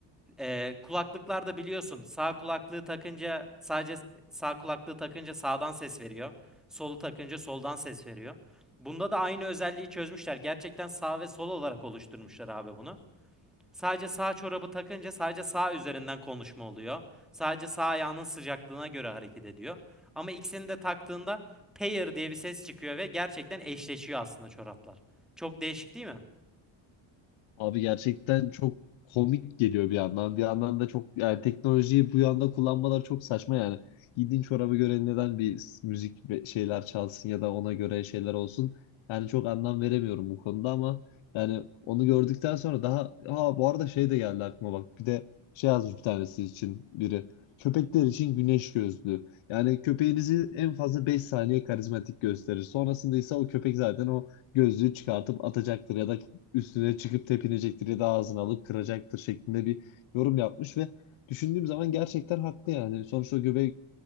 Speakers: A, in the centre; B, on the left.
A: Ee, kulaklıklarda biliyorsun sağ kulaklığı takınca sadece sağ kulaklığı takınca sağdan ses veriyor. Solu takınca soldan ses veriyor. Bunda da aynı özelliği çözmüşler. Gerçekten sağ ve sol olarak oluşturmuşlar abi bunu. Sadece sağ çorabı takınca sadece sağ üzerinden konuşma oluyor. Sadece sağ ayağının sıcaklığına göre hareket ediyor. Ama ikisini de taktığında pair diye bir ses çıkıyor ve gerçekten eşleşiyor aslında çoraplar. Çok değişik değil mi?
B: Abi gerçekten çok komik geliyor bir yandan. Bir yandan da çok yani teknolojiyi bu yanda kullanmalar çok saçma yani. Giydiğin çorabı göre neden bir s- müzik ve- şeyler çalsın ya da ona göre şeyler olsun. Yani çok anlam veremiyorum bu konuda ama yani onu gördükten sonra daha ha bu arada şey de geldi aklıma bak. Bir de şey yazmış bir tanesi için biri. Köpekler için güneş gözlüğü. Yani köpeğinizi en fazla 5 saniye karizmatik gösterir. Sonrasında ise o köpek zaten o gözlüğü çıkartıp atacaktır ya da üstüne çıkıp tepinecektir ya da ağzını alıp kıracaktır şeklinde bir yorum yapmış ve düşündüğüm zaman gerçekten haklı yani. Sonuçta göbek